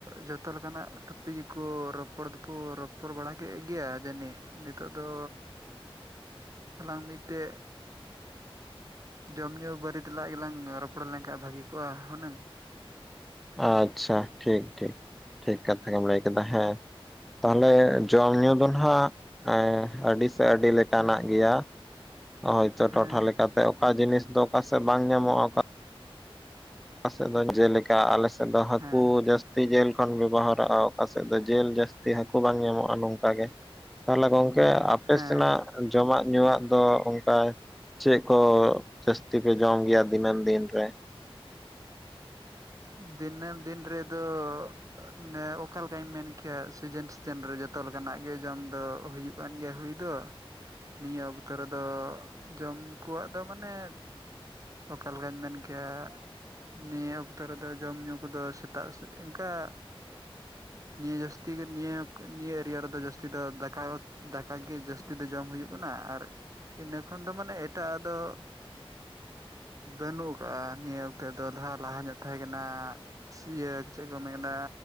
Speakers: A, on the right; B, in the centre.
A: ᱡᱚᱛᱚ ᱞᱮᱠᱟᱱᱟᱜ ᱴᱚᱯᱤᱠ ᱜᱮᱠᱚ ᱨᱚᱯᱚᱲ ᱫᱚᱠᱚ ᱨᱚᱯ ᱨᱚᱯᱚᱲ ᱵᱟᱲᱟ ᱠᱮᱫ ᱜᱮᱭᱟ ᱡᱟᱹᱱᱤᱡ ᱱᱤᱛᱚᱜ ᱫᱚ ᱟᱞᱟᱝ ᱢᱤᱫ ᱴᱮᱜ ᱡᱚᱢ ᱧᱩ ᱵᱟᱹᱨᱮ ᱛᱮᱞᱟᱜ ᱜᱮᱞᱟᱝ ᱨᱚᱯᱚᱲ ᱞᱮᱱᱠᱷᱟᱱ ᱵᱷᱟᱹᱜᱮ ᱠᱚᱜᱼᱟ ᱦᱩᱱᱟᱹᱝ
B: ᱟᱪᱪᱷᱟ ᱴᱷᱤᱠ ᱴᱷᱤᱠ ᱴᱷᱤᱠ ᱠᱟᱛᱷᱟ ᱜᱮᱢ ᱞᱟᱹᱭ ᱠᱮᱫᱟ ᱦᱮᱸ ᱛᱟᱦᱚᱞᱮ ᱡᱚᱢ ᱧᱩ ᱫᱚ ᱱᱟᱦᱟᱜ ᱮ ᱟᱹᱰᱤ ᱥᱮ ᱟᱹᱰᱤ ᱞᱮᱠᱟᱱᱟᱜ ᱜᱮᱭᱟ, ᱦᱳᱭ ᱛᱚ
A: ᱦᱮᱸ
B: ᱴᱚᱴᱷᱟ ᱞᱮᱠᱟ ᱛᱮ ᱚᱠᱟ ᱡᱤᱱᱤᱥ ᱫᱚ ᱚᱠᱟ ᱥᱮᱫ ᱵᱟᱝ ᱧᱟᱢᱚᱜᱼᱟ ᱚᱠᱟ ᱚᱠᱟ ᱥᱮᱫ ᱫᱚ ᱡᱮᱞᱮᱠᱟ ᱟᱞᱮ ᱥᱮᱫ ᱫᱚ ᱦᱟᱹᱠᱩ
A: ᱦᱮᱸ
B: ᱡᱟᱹᱥ ᱡᱟᱹᱥᱛᱤ ᱡᱤᱞ ᱠᱷᱚᱱ ᱵᱮᱵᱚᱦᱟᱨᱚᱜᱼᱟ ᱚᱠᱟ ᱥᱮᱫ ᱫᱚ ᱡᱤᱞ ᱡᱟᱹᱥᱛᱤ ᱦᱟᱹᱠᱩ ᱵᱟᱝ ᱧᱟᱢᱚᱜᱼᱟ ᱱᱚᱝᱠᱟ ᱜᱮ, ᱛᱟᱦᱚᱞᱮ ᱜᱚᱝᱠᱮ ᱟᱯᱮ
A: ᱦᱮᱸ
B: ᱥᱮᱱᱟᱜ ᱡᱚᱢᱟᱜ ᱧᱩᱣᱟᱜ ᱫᱚ ᱚᱱᱠᱟ ᱪᱮᱫ ᱠᱚ ᱡᱟᱹᱥᱛᱤ ᱯᱮ ᱡᱚᱢ ᱜᱮᱭᱟ ᱫᱤᱱᱟᱹᱢ ᱫᱤᱱ ᱨᱮ?
A: ᱫᱤᱱᱟᱹᱢ ᱫᱤᱱ ᱨᱮ ᱫᱚ ᱱᱮ ᱚᱠᱟ ᱞᱮᱠᱟᱧ ᱢᱮᱱ ᱠᱮᱭᱟ ᱥᱤᱡᱤᱱ ᱥᱤᱡᱮᱱ ᱨᱮ ᱡᱚᱛᱚ ᱞᱮᱠᱟᱱᱟᱜ ᱜᱮ ᱡᱚᱢ ᱫᱚ ᱦᱩᱭᱩᱜ ᱠᱟᱱ ᱜᱮᱭᱟ ᱦᱩᱭ ᱫᱚ ᱱᱤᱭᱟᱹ ᱚᱠᱛᱚ ᱨᱮ ᱫᱚ ᱡᱚᱢ ᱠᱚᱣᱟᱜ ᱫᱚ ᱢᱟᱱᱮ ᱚᱠᱟ ᱞᱮᱠᱟᱧ ᱢᱮᱱ ᱠᱮᱭᱟ ᱱᱤᱭᱟᱹ ᱚᱠ ᱚᱠᱛᱚ ᱨᱮᱫᱚ ᱡᱚᱢᱼᱧᱩ ᱠᱚᱫᱚ ᱥᱮᱛᱟᱜ ᱥᱮ ᱤᱱᱠᱟ, ᱱᱤᱭᱟᱹ ᱡᱟᱹᱥᱛᱤ ᱜᱮ ᱱᱤᱭᱟᱹ ᱱᱤᱭᱟᱹ ᱮᱨᱤᱭᱟ ᱨᱮ ᱫᱚ ᱡᱟᱹᱥᱛᱤ ᱫᱚ ᱫᱟᱠᱟ ᱫᱟᱠᱟ ᱜᱮ ᱡᱟᱹᱥᱛᱤ ᱫᱚ ᱡᱚᱢ ᱦᱩᱭᱩᱜ ᱠᱟᱱᱟ ᱟᱨ ᱤᱱᱟᱹ ᱠᱷᱚᱱ ᱫᱚ ᱢᱟᱱᱮ ᱮᱴᱟᱜ ᱟᱜ ᱫᱚ ᱵᱟᱹᱱᱩᱜᱼᱟ ᱱᱤᱭᱟᱹ ᱚᱠᱛᱮ ᱫᱚ ᱞᱟᱦᱟ ᱞᱟᱦᱟ ᱧᱚᱜ ᱛᱟᱦᱮᱸ ᱠᱟᱱᱟ ᱥᱤᱭᱟᱹ ᱪᱮᱫ ᱠᱚ ᱢᱮᱱᱟ